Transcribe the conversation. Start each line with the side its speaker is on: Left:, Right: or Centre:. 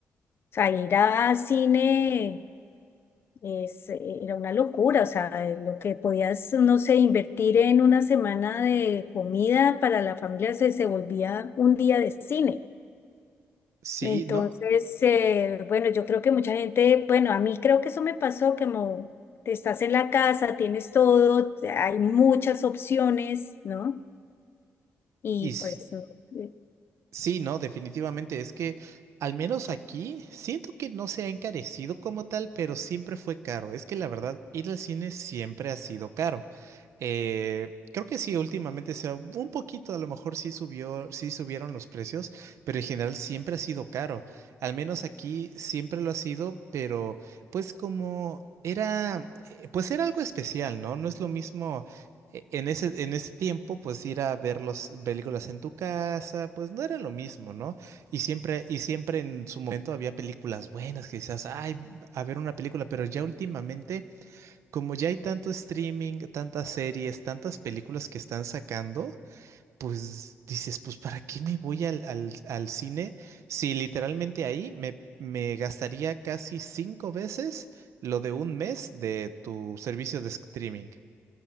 Left: O sea, ir a cine es, era una locura. O sea, lo que podías, no sé, invertir en una semana de comida para la familia se, se volvía un día de cine.
Right: Sí,
Left: Entonces,
Right: no.
Left: eh, bueno, yo creo que mucha gente, bueno, a mí creo que eso me pasó, como te estás en la casa, tienes todo, hay muchas opciones, ¿no? Y
Right: Y,
Left: pues no, eh,
Right: Sí, no, definitivamente. Es que al menos aquí siento que no se ha encarecido como tal, pero siempre fue caro. Es que la verdad, ir al cine siempre ha sido caro. Eh, creo que sí, últimamente sea un poquito, a lo mejor sí subió, sí subieron los precios, pero en general siempre ha sido caro. Al menos aquí siempre lo ha sido, pero pues como era, eh, pues era algo especial, ¿no? No es lo mismo e- En ese, en ese tiempo, pues ir a ver las películas en tu casa, pues no era lo mismo, ¿no? Y siempre, y siempre en su momento había películas buenas que decías, ay, a ver una película, pero ya últimamente, como ya hay tanto streaming, tantas series, tantas películas que están sacando, pues dices, pues ¿para qué me voy al, al, al cine si literalmente ahí me, me gastaría casi cinco veces lo de un mes de tu servicio de streaming?